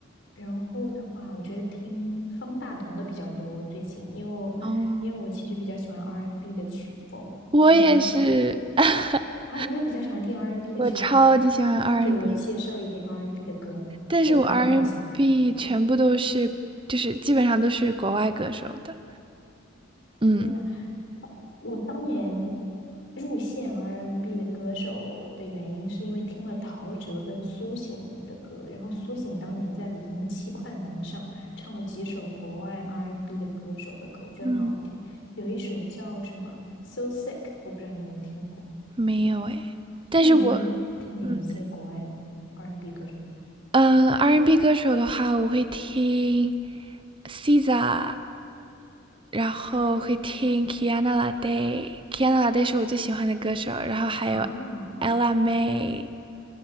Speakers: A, on the left; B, on the right.
A: 然后的话，我觉得听方大同的比较多最近，因为我因为我其实比较喜欢
B: 哦，
A: R&B 的曲风，
B: 我也是，
A: 然后
B: <laughs>
A: 啊，你也比较喜欢听 R&B N
B: 我超级喜欢
A: 的曲风，哦快给我介绍一点
B: R&B and B。
A: R&B N 的歌，
B: 但是我嗯
A: 库存量告急！
B: r n b 全部都是就是基本上都是国外歌手的。嗯，
A: 天呐，我当年入线 R&B N 的歌手的原因，是因为听了陶喆跟苏醒的歌，然后苏醒当年在零七快男上唱了几首国外 R&B N 的歌手的歌，我觉得好好听，
B: 嗯。嗯
A: 有一首叫什么《So Sick》，我不知道你有没有听过？
B: 没有诶。但是我
A: 那你一般听哪一些国外
B: 嗯，
A: R&B N 歌手的歌
B: 嗯，嗯呃，R&B 歌手的话，我会听 SZA。然后会听 Kiana Lade，Kiana Lade 是我最喜欢的歌手，然后还有
A: 啊？
B: Ella May，